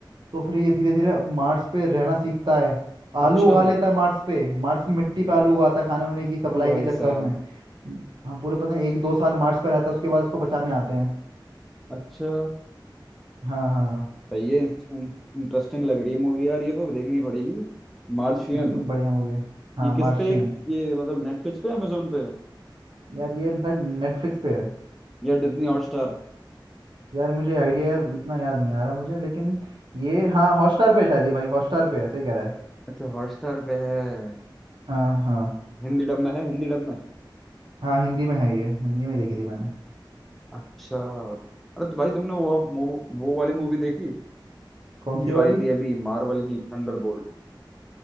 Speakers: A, on the right; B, in the centre.
A: तो फिर ये धीरे धीरे मार्स पे रहना सीखता है आलू
B: अच्छा
A: उगा लेता है मार्स पे मार्स की मिट्टी पे आलू उगाता है खाने होने की सप्लाई
B: ओ भाई
A: के चक्कर
B: साहब
A: में हाँ पूरे पता नहीं एक दो साल मार्स पे रहता है उसके बाद उसको बचाने आते हैं
B: अच्छा
A: हाँ हाँ हाँ,
B: सही है इंटरेस्टिंग लग रही है मूवी यार ये तो देखनी पड़ेगी मार्शियन
A: ये भी बढ़िया मूवी है हाँ
B: ये किस
A: मार्शियन
B: पे ये मतलब नेटफ्लिक्स पे अमेजोन पे
A: यार ये शायद नेटफ्लिक्स पे है
B: या डिज्नी हॉटस्टार
A: यार मुझे आइडिया यार इतना याद नहीं आ रहा मुझे लेकिन ये हाँ हॉटस्टार पे शायद ये भाई हॉटस्टार पे है, सही कह रहा है
B: अच्छा हॉटस्टार पे है
A: हाँ हाँ
B: हिंदी डब में है हिंदी डब में
A: हाँ हिंदी में है ये हिंदी में देखी थी मैंने
B: अच्छा अरे तो भाई तुमने वो वो, वो वाली मूवी देखी
A: कौन
B: जो
A: सी वाली
B: आई थी अभी मार्वल की थंडरबोल्ट